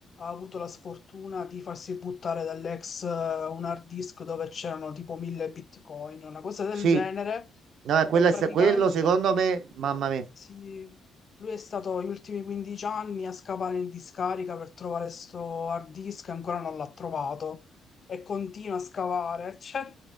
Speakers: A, on the left; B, on the right.
A: avuto la sfortuna di farsi buttare dall'ex eh, un hard disk dove c'erano tipo 1000 bitcoin, una cosa del
B: Sì,
A: genere.
B: no, quello,
A: E
B: è-
A: praticamente
B: quello secondo me, mamma mia,
A: sì, lui è stato gli ultimi 15 anni a scavare in discarica per trovare sto hard disk e ancora non l'ha trovato e continua a scavare. <laughs> Cioè,